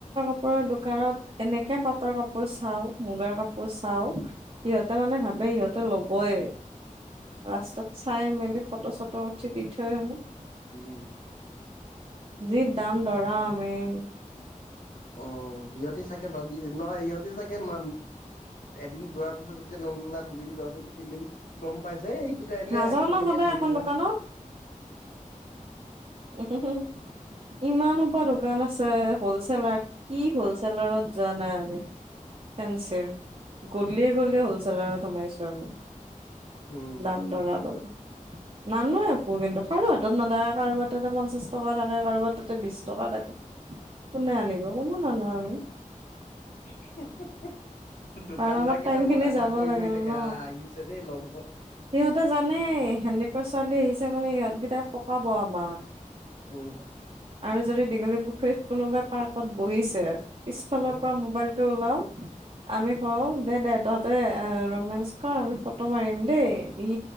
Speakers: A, on the right (about 45°); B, on the left (about 85°).
A: কাপোৰৰ দোকানত এনেকে পাটৰ কাপোৰ চাওঁ, মুগাৰ কাপোৰ চাওঁ, সিহঁতে মানে ভাবে সিহঁতে ল'বই। ৰাস্তাত চাই মেলি ফটো চটো উঠি দি থৈ আহোঁ।
B: উম।
A: যি দাম দৰা। মেই
B: অ সিহঁতি চাগে ভাবি নহয় সিহঁতি চাগে ম এদিন যোৱাৰ পিছত যেতিয়া নললা দুদিন যোৱাৰ পিছত তিনদিন গম পাইছে যে এইকেইটা এনেই
A: নাযাও
B: আহে ফকটিয়াত
A: ন সদায়
B: ঘূৰিব
A: এখন দোকানত
B: আহে।
A: উম হু। ইমান সোপা দোকান আছে। হলছেলেৰ কি হ'লছেলাৰত জানাই আমি। ফেন্সীৰ। গলিয়ে গলিয়ে হ'লছেলাৰত সোমাইছো আমি।
B: হম
A: দাম দৰা কৰিব। নানো একো কিন্তু কাৰো হাতত নদায়, কাৰোবাত তাতে পঞ্চাশ টকা থাকে, কাৰোবাৰ তাতে বিশ টকা থাকে। কোনে আনিব, কোনো নানো আমি।
B: <unintelligible> দোকানদাৰ
A: আৰামত
B: কেইটা
A: টাইম
B: বহুত
A: খিনি
B: আশা
A: যাব
B: কৰি
A: লাগিল
B: বহি থাকে
A: ন,
B: আহ আহিছে দেই ল'ব
A: সিহঁতে জানেই সেনে কা ছোৱালী আহিছে মানে সিহঁতকেইটাই পকাব আমাক।
B: উম।
A: আৰু যদি দীঘলী পুখুৰীত কোনোবা পাৰ্কত বহিছে পিছফালৰ
B: উম
A: পৰা মোবাইল টো লওঁ আমি কওঁ দে দে তহঁতে ৰোমেঞ্চ কৰ আমি ফটো মাৰিম দেই ই